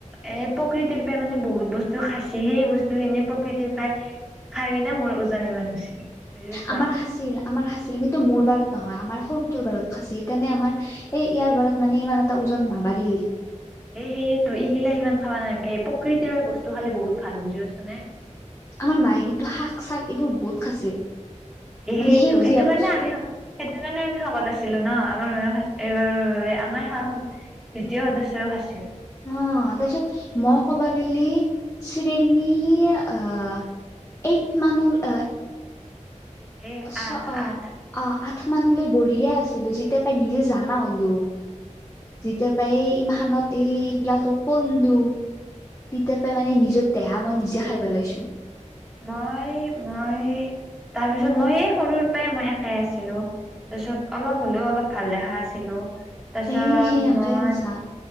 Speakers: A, in the centre; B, on the left (about 20°).
A: এ', প', প্ৰকৃতিৰ ৰূপে মানে বহুত বস্তু খাছি, সেই বস্তুখিনি প্ৰকৃতিৰ পৰাই', খাই কিনে মোৰ ওজন ইমান হৈছি', বুজি পাইছা
B: আমাৰ খাঁছিল, আমাৰ খাঁছিল, কিন্তু মোৰ বাৰত নহয় আমাৰ সৰুটোৰ বাৰত খাঁছি', সেইকাৰণে আমাৰ এই ইয়াৰ বাৰত মানে ইমান এটা ওজন নাবাঢ়িল
A: এ, সেইটো, ইগিলা হিমান খাবা নালাংগে প্ৰকৃতিৰ পৰা বস্তু খালি বহুত ভাল বুজি পাইছ নে?
B: আমাৰ মায়ে কিন্তু শাক চাক এইবোৰ বহুত', খাইছিল
A: সেইটো-
B: মানে সেউজীয়া
A: সেইটো কাৰণে
B: বস্তু
A: আমি শ', সেইটো কাৰণে আমি শকত আছিলোঁ ন, আমাৰ ময়ো খা', এইবাৰোৰ বাবে আমাৰ সা, হত দ্বিতীয় সদস্যও খাছিল',
B: অ', অ', তাৰপিছত মই ক'বা গে'লি শ্ৰেণী আঁহ', এইট মান ল', অ' হয়',
A: এ
B: চ'
A: আঠ
B: অ',
A: আঠ
B: অ', ' আঠ মানলৈ বঢ়িয়া আছিলোঁ, যেতিয়া পায়ে নিজে জানা হলোঁ, যেতিয়া পায়ে', ইমানত এইবিলাকত পললু', তেতিয়াৰ পৰাই মানে নিজৰ দেহা মই নিজে খাই পেলাইছোঁ',
A: মই-মই, তাৰপিছত মই, এই সৰুৰ পৰাই মই ইয়াতে আছিলোঁ, ' তাৰপিছত অলপ হলেও অলপ ভাল দেখা আছিলোঁ, তাৰপিছত
B: এ সেই একে
A: মই',
B: বছা